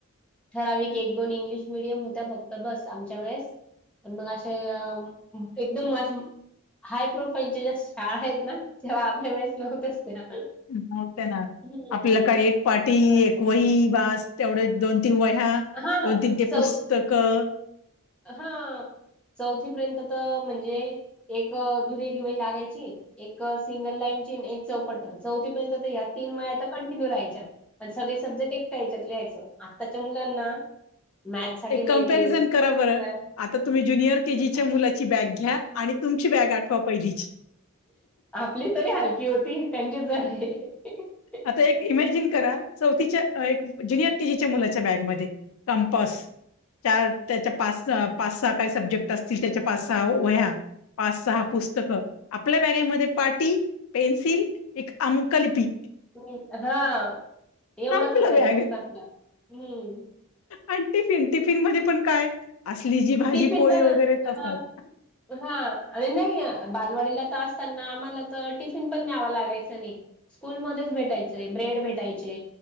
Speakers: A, in the centre; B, on the left.
A: ठराविक एक दोन इंग्लिश मिडियम होत्या फक्त बस आमच्या वेळेस. पण मग अशे अ एकदम म अशे हाय प्रोफाईलच्या ज्या शाळा आहेत ना, तेव्हा आपल्या वेळेच नव्हत्याच त्या.
B: नव्हत्या ना.
A: हम्म.
B: आपल्याला काय एक पाटी,
A: अ,
B: एक वही बास तेवढेच दोन तीन वह्या,
A: हां.
B: दोन तीन ते
A: चौथ
B: पुस्तकं
A: हां चौथीपर्यंत तर म्हणजे एक दुरेघी वही लागायची, एक सिंगल लाईनची आणि एक चौकट चौथीपर्यंत तर ह्या तीन वह्या तर कंटिन्यू राहायच्या. पण सगळे सब्जेक्ट एकट्या याच्यात लिहायचं आ आताच्या मुलांना मॅथसाठी
B: एक
A: वेगळी
B: कम्पॅरिझन
A: वही <unintelligible>
B: करा बरं आता तुम्ही ज्युनियर केजीच्या मुलाची बॅग घ्या आणि तुमची बॅग आठवा पहिलीची.
A: आपली तरी हलकी होती त्यांची जडाय. <unintelligible>
B: आता एक इमॅजिन करा, चौथीच्या अ एक ज्युनियर केजीच्या मुलाच्या बॅगमध्ये कंपास च्या त्याच्या पास पास सहा काही सब्जे क्ट असतील त्याच्या पाच सहा वह्या, पाच सहा पुस्तकं. आपल्या बॅगेमध्ये पाटी पेन्सिल, एक अंकलिपी.
A: हम्म हां एवढंच
B: संपलं
A: असायचं
B: बॅग
A: <unintelligible> हम्म.
B: आणि टिफिन, टिफिन मध्येपण काय असली जी भाजी
A: टिफिन
B: पोळी वगैरे
A: <unintelligible>
B: तसाच
A: हां आणि नाही बालवाडीला तर असताना आम्हाला तर टिफिन पण द्यावा लागायचं नाही. स्कूलमध्येच भेटायचे. ब्रेड भेटायचे,